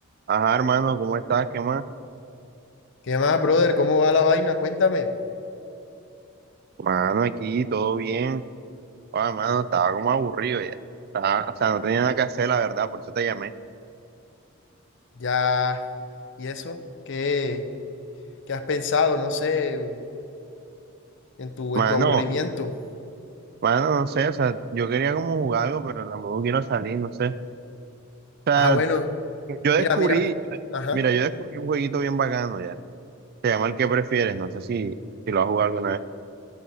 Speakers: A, on the right; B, on the left.
A: Ajá, hermano, ¿cómo estás? ¿Qué más?
B: ¿Qué más, brother? ¿Cómo va la vaina? Cuéntame.
A: Mano, aquí todo bien. Ah, mano, estaba como aburrido ya. Estaba- o sea, no tenía nada que hacer, la verdad, por eso te llamé.
B: Ya, ¿y eso? ¿Qué, qué has pensado? No sé, en tu,
A: Mano,
B: en tu aburrimiento.
A: mano, no sé, o sea, yo quería como jugar algo, pero tampoco quiero salir, no sé. O sea,
B: Ah, bueno,
A: yo descubrí,
B: mira, mira. Ajá.
A: mira, yo descubrí un jueguito bien bacano ya. Se llama el que prefieres, no sé si, si lo has jugado alguna vez.